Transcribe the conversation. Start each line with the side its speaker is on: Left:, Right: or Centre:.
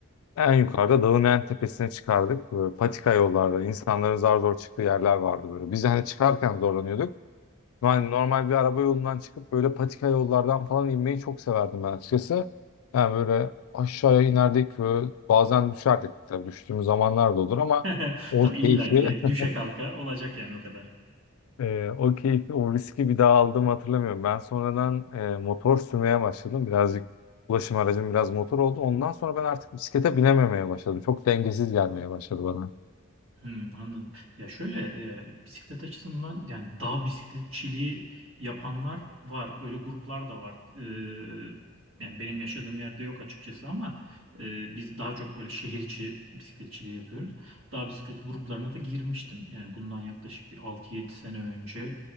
Left: En yukarıda dağın en tepesine çıkardık. Böyle patika yollarda insanların zar zor çıktığı yerler vardı böyle. Biz hani çıkarken zorlanıyorduk. Yani normal bir araba yolundan çıkıp böyle patika yollardan falan inmeyi çok severdim ben açıkçası. Yani böyle aşağıya inerdik böyle bazen düşerdik tabii düştüğümüz zamanlar da olur ama
Right: <laughs>
Left: o
Right: Tabii illaki
Left: keyifli <laughs>
Right: düşe kalka olacak yani o kadar.
Left: Ee, o keyfi, o riski bir daha aldığımı hatırlamıyorum. Ben sonradan e, motor sürmeye başladım. Birazcık ulaşım aracım biraz motor oldu. Ondan sonra ben artık bisiklete binememeye başladım. Çok dengesiz gelmeye başladı bana.
Right: Hmm, anladım. Ya şöyle e, bisiklet açısından yani dağ bisikletçiliği yapanlar var. Öyle gruplar da var. Ee, yani benim yaşadığım yerde yok açıkçası ama e, biz daha çok böyle şehir içi bisikletçiliği yapıyoruz. Dağ bisiklet gruplarına da girmiştim. Yani bundan yaklaşık bir altı yedi sene önce